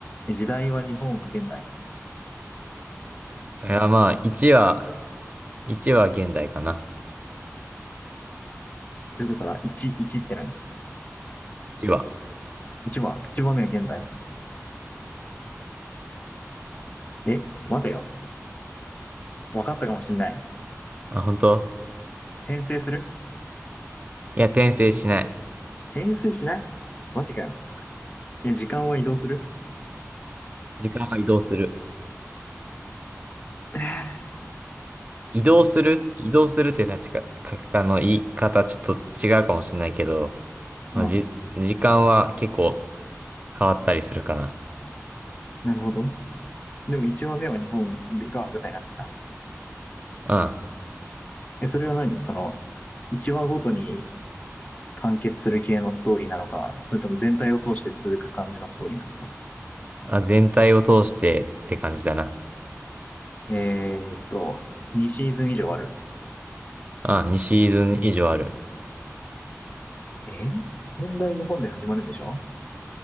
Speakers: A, on the left; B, on the right.
A: 時代は日本は現代。
B: いや、まあ、1は、1は現代かな。
A: ということは、1、1って何
B: 1は。
A: ?1 は、1番目は現代。え、待てよ。分かったかもしんない。
B: あ、本当
A: 転生する
B: いや、転生しない。
A: 転生しないマジかよ。え、時間は移動する
B: 時間は移動する。
A: <laughs>
B: 移動する移動するって確か、か、あの、言い方ちょっと違うかもしれないけど、
A: うん。
B: まあ、じ、時間は結構変わったりするかな。
A: なるほど。でも1話目は日本が舞台になってた。
B: うん。
A: え、それは何その、1話ごとに完結する系のストーリーなのか、それとも全体を通して続く感じのストーリーなのか。
B: あ、全体を通してって感じだな。
A: えーっと、2シーズン以上ある。
B: あ、2シーズン以上ある。
A: え現代日本で始まるんでしょ